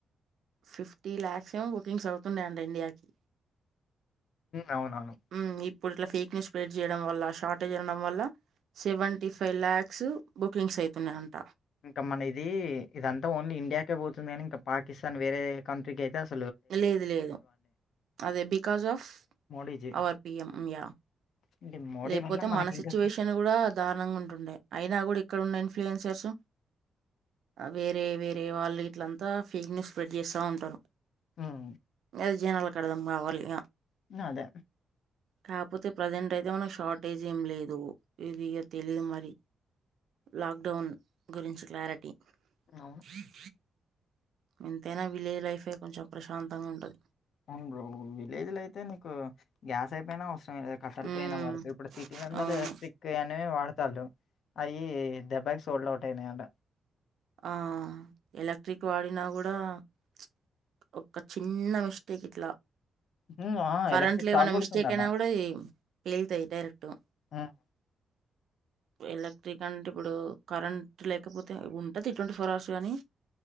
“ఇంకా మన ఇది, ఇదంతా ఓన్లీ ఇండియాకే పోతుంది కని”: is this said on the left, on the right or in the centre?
Left